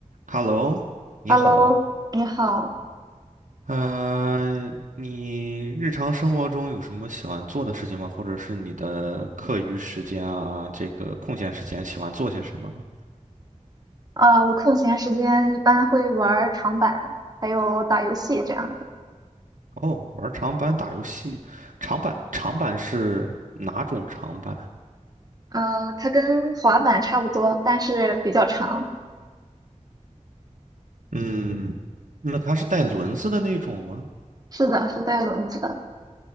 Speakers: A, on the right (about 85°); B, on the right (about 30°).
A: Hello，你好。
B: Hello，你好，
A: 嗯、你日常生活中有什么喜欢做的事情吗？或者是你的课余时间啊，这个空闲时间喜欢做些什么吗？
B: 啊、我空闲时间一般会玩儿长板，还有打游戏这样子。
A: 哦，玩长板、打游戏。长板，长板是哪种长板？
B: 呃，它跟滑板差不多，但是比较长。
A: 嗯，那它是带轮子的那种吗？
B: 是的，是带轮子的。